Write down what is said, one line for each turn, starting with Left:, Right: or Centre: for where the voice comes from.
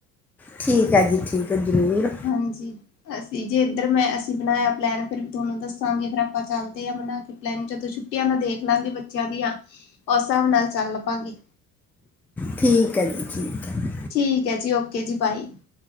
Centre: ਠੀਕ ਐ ਜੀ, ਠੀਕ ਐ। ਜਰੂਰ।
Left: ਹਾਂਜੀ। ਅਸੀਂ ਜੇ ਇੱਧਰ ਮੈਂ ਅਸੀਂ ਬਨਾਇਆ ਪਲੈਨ ਫਿਰ ਥੁਓਨੂੰ ਦੱਸਾਂਗੇ ਫਿਰ ਆਪਾਂ ਚੱਲਦੇ ਆ ਬਨਾ ਕੇ ਪਲੈਨ। ਜਦੋਂ ਛੁੱਟੀਆਂ ਦਾ ਦੇਖ ਲਾਂਗੀ ਬੱਚਿਆਂ ਦੀਆਂ, ਓਸ ਸਾਬ ਨਾਲ ਚੱਲ ਪਾਂਗੀ।
Centre: ਠੀਕ ਐ ਜੀ, ਠੀਕ ਐ।
Left: ਠੀਕ ਐ ਜੀ। ਓਕੇ ਜੀ, ਬਾਈ।